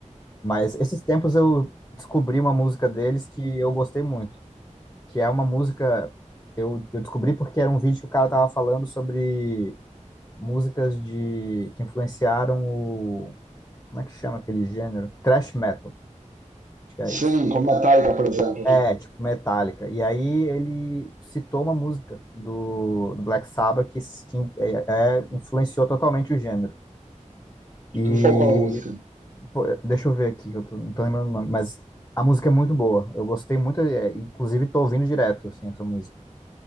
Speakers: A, on the left; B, on the right.
A: Mas esses tempos eu descobri uma música deles que eu gostei muito. Que é uma música... Eu, eu descobri porque era um vídeo que o cara tava falando sobre músicas de que influenciaram o... Como é que chama aquele gênero? Thrash metal. Acho que é isso.
B: Sim, como Metallica, por exemplo. né?
A: É, tipo Metallica. E aí ele citou uma música do, do Black Sabbath que, s- que é, é, influenciou totalmente o gênero. E
B: Que o Falcão é uma música
A: pô, deixa eu ver aqui, eu tô- não tô lembrando o nome, mas a música é muito boa. Eu gostei muito, é, inclusive tô ouvindo direto assim essa música,